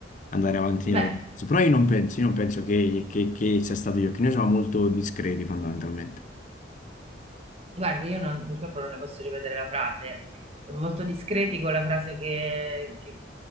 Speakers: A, on the left; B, on the right.
A: Andare avanti
B: beh,
A: nella conversazione. Però io non penso, io non penso che, che- che sia stato io, che noi siamo molto discreti fondamentalmente.
B: Guardi, io non- purtroppo non le posso ripetere la frase, è molto discreti con la frase che, che-